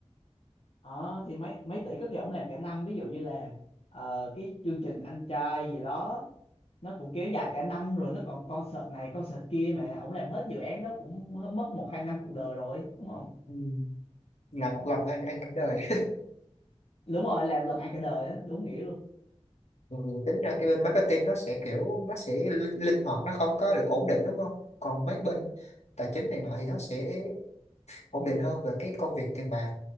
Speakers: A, on the left (about 60°); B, on the left (about 75°).
A: ờ thì mấy mấy tỷ có khi ổng làm cả năm ví dụ như là ờ, cái chương trình anh trai gì đó nó cũng kéo dài cả năm rồi nó còn concert này concert kia mà ổng làm hết dự án đó cũng m- mất một hai năm cuộc đời rồi đúng không
B: ừ. là một lần ăn ăn cả đời
A: đúng rồi làm lần ăn cả đời đó đúng nghĩa luôn
B: Mặc dù tính ra cái bên marketing nó sẽ kiểu nó sẽ linh linh hoạt nó không có được ổn định đúng không còn mấy bên tài chính này nọ thì nó sẽ ổn định hơn về cái công việc tiền bạc